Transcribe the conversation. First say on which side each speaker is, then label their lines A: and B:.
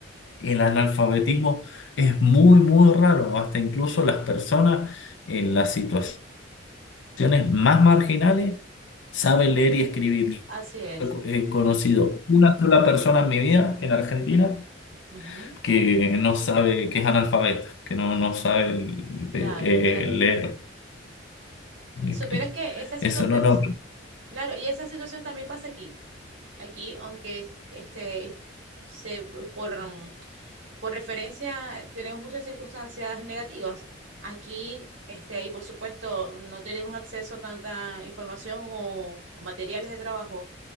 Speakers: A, on the left; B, on the right.
A: el analfabetismo es muy, muy raro. Hasta incluso las personas en la situación poblaciones más marginales saben leer y escribir.
B: Así es.
A: He conocido una sola persona en mi vida en Argentina
B: Ujú,
A: que no sabe, que es analfabeta, que no, no sabe
B: Claro,
A: eh,
B: con eso leer
A: eh, leer
B: y escribir.
A: y
B: Supieras
A: escribir.
B: que esa situación,
A: Eso no, no.
B: s- claro, y esa situación también pasa aquí. Aquí, aunque es- este, es- se, por, mm, Por referencia, tenemos muchas circunstancias negativas aquí, este, y por supuesto, no tenemos acceso a tanta información o, o materiales de trabajo.